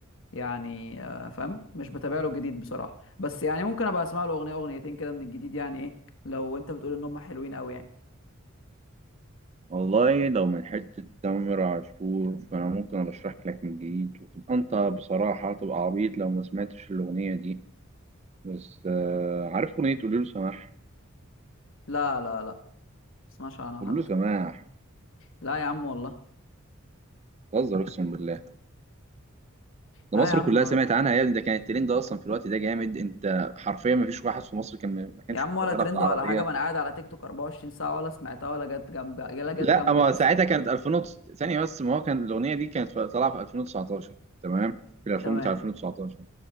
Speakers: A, on the left; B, on the right.
A: يعني آه، فاهم مش بتابع له الجديد بصراحه بس يعني ممكن ابقى اسمع له اغنيه اغنيتين كده من الجديد يعني ايه لو انت بتقول ان هم حلوين قوي يعني
B: والله لو من حتة تامر عاشور فأنا ممكن أرشح لك من جديد وتبقى أنت بصراحة تبقى عبيط لو ما سمعتش الأغنية دي بس آه، عارف أغنية قوليله سماح
A: لا لا لا ما اسمعش عنها
B: كله
A: حتى
B: سماح
A: لا يا عم والله
B: بتهزر اقسم بالله ده
A: لا
B: مصر
A: يا عم
B: كلها سمعت عنها يا ابني ده كان الترند ده اصلا في الوقت ده جامد انت حرفيا ما فيش واحد في مصر كان ما كانش
A: يا عم ولا
B: شغاله
A: ترند
B: في العربيه
A: ولا حاجه ما انا قاعد على تيك توك 24 ساعه ولا سمعتها ولا جت جنبي ولا جت
B: لا
A: جنبي
B: ما
A: اصلا
B: ساعتها كانت 2000 وتس- ثانيه بس ما هو كان الاغنيه دي كانت في- طالعه في 2019 تمام في الالبوم
A: تمام
B: بتاع 2019